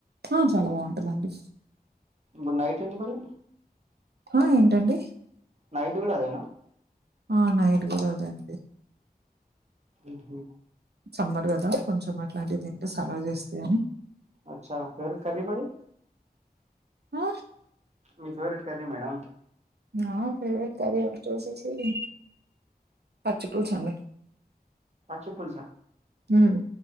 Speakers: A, on the right; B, on the right.
A: ఆ చాలా బాగుంటదండి
B: ఇప్పుడు నైట్ ఏంది మరి
A: ఆ ఏంటండి
B: నైట్ కూడా అదేనా
A: ఆ నైట్ కూడా అదే అండి
B: హ్ హు
A: సమ్మర్ కదా కొంచెం అట్లాంటివి తింటే సలవు చేస్తాయి అని
B: అచ్చ ఫేవరెట్ కర్రీ మరి
A: హ
B: మీ ఫేవరెట్ కర్రీ మేడం
A: ఆ ఫేవరెట్ కర్రి వచ్చే చేసి సి పచిపులుసు అండి
B: పచ్చిపుల్సా
A: హ్మ్